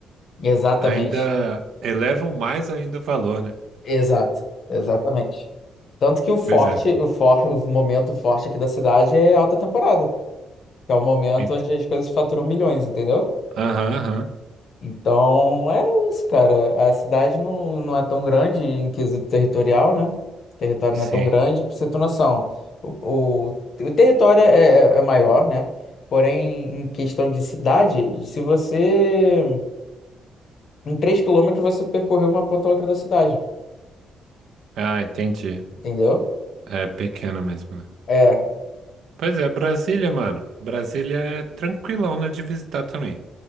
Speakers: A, on the left; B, on the right.
A: Exatamente.
B: ainda elevam mais ainda o valor, né?
A: Exato. Exatamente. Tanto que o forte,
B: Pois é.
A: o for, o momento forte aqui da cidade é alta temporada, que é o momento
B: Ent-
A: onde as coisas faturam milhões, entendeu?
B: Aham, aham.
A: Então é isso, cara. A cidade não, não é tão grande em quesito territorial, né? O território
B: Sim.
A: não é tão grande, pra você ter noção. O, o, o território é, é é maior, né? Porém, em questão de cidade, se você. Em 3 quilômetros você percorreu uma ponta a outra da cidade,
B: Ah, entendi.
A: entendeu?
B: É pequeno mesmo, né?
A: É,
B: Pois é, Brasília, mano. Brasília é tranquilão, né, de visitar também.